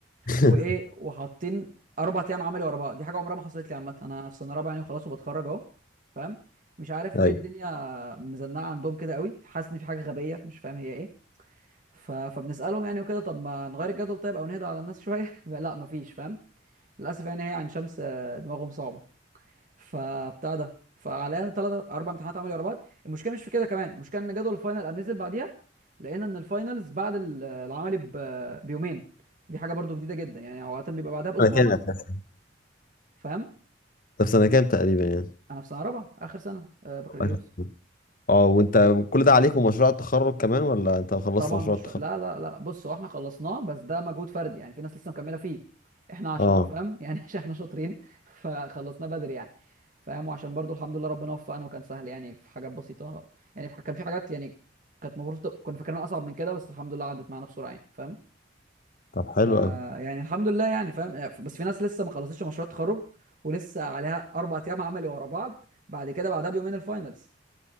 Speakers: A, on the left; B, on the right.
A: <laughs>
B: وايه وحاطين اربع ايام عملي ورا بعض دي حاجه عمرها ما حصلت لي عامه انا في سنه رابعه يعني وخلاص وبتخرج اهو فاهم مش عارف ليه
A: ايوه
B: الدنيا مزنقه عندهم كده قوي حاسس ان في حاجه غبيه مش فاهم هي ايه ف... فبنسالهم يعني وكده طب ما نغير الجدول طيب او نهدى على الناس شويه <laughs> لا مفيش فاهم للاسف يعني هي عين شمس آه، دماغهم صعبه فبتاع ده فعلينا ثلاث اربع امتحانات عملي ورا بعض المشكله مش في كده كمان المشكله ان جدول الفاينل قام نزل بعديها لقينا ان الفاينلز بعد ال- العملي ب- بيومين دي حاجه برضو جديده جدا يعني عاده بيبقى بعدها باسبوع
A: انا كام
B: مثلا
A: أساساً؟
B: فاهم
A: طب سنه كام تقريبا يعني
B: انا في سنه رابعه اخر سنه آه، بكالوريوس
A: يعني اه وانت كل ده عليك ومشروع التخرج كمان ولا انت خلصت
B: طبعا
A: مشروع
B: مشروع
A: التخرج
B: لا لا لا بص هو احنا خلصناه بس ده مجهود فردي يعني في ناس لسه مكمله فيه احنا عشان
A: اه
B: فاهم يعني <laughs> عشان احنا شاطرين فخلصناه بدري يعني فاهم وعشان برضو الحمد لله ربنا وفقنا وكان سهل يعني في حاجات بسيطه يعني في ح- كان في حاجات يعني كانت المفروض تبقى- كنا فاكرينها اصعب من كده بس الحمد لله عدت معانا بسرعه يعني فاهم
A: طب حلو
B: ف
A: قوي
B: يعني الحمد لله يعني فاهم بس في ناس لسه ما خلصتش مشروع التخرج ولسه عليها اربع ايام عملي ورا بعض بعد كده بعدها بيومين الفاينلز